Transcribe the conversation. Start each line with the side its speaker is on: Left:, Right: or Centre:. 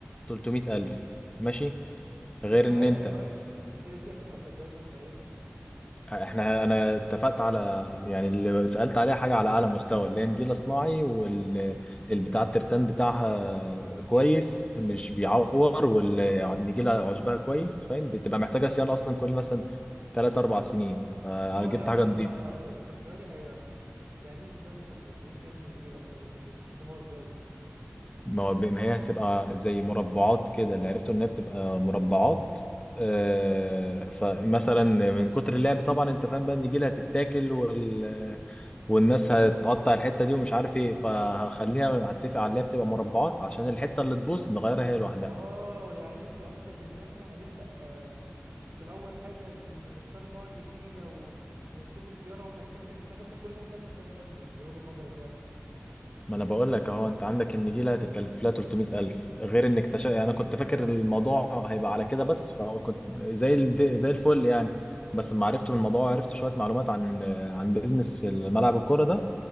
Left: 300000 ماشي غير
Right: طب ثواني
Left: ان انت
Right: ثواني ثواني النجيلة دي هتبقى عاملة ازاي طيب فهمني
Left: احنا انا اتفقت على يعني اللي سألت عليها حاجة على اعلى مستوى اللي هي نجيلة صناعي والبتاع الترتان بتاعها كويس مش بيعور والنجيلة عشبها كويس فاهم بتبقى محتاجة صيانة اصلا كل مثلا 3 4 سنين فجبت
Right: اه يعني
Left: حاجة
Right: انت
Left: نظيفة
Right: طب ثواني هي يعني ايه صيانة الن- يعني ايه صيانة النجيلة اصلا يعني بيصونوها ازاي
Left: ما هو- ما هي هتبقى زي مربعات كده اللي عرفته ان هي بتبقى مربعات آه، فمثلا من كتر اللعب طبعا انت فاهم بقى النجيلة هتتاكل وال والناس هتقطع الحته دي ومش عارف ايه فهخليها هتفق عليها بتبقى مربعات عشان الحته اللي تبوظ نغيرها هي لوحدها
Right: اه يعني انت قصدك ان احنا هنبدأ آه، في الاول حاجة نختار نوع النجيلة و... ونشوف الصيانة والحاجات دي هتكلفنا كام طب كل ده هيكلف كام طب من من وجهة نظرك يعني
Left: ما انا بقول لك اهو انت عندك النجيله هتتكلف لها 300000 غير انك تش... يعني انا كنت فاكر الموضوع هيبقى على كده بس فكنت زي ال... زي الفل يعني بس لما عرفت من الموضوع عرفت شويه معلومات عن عن بيزنس ملعب الكوره ده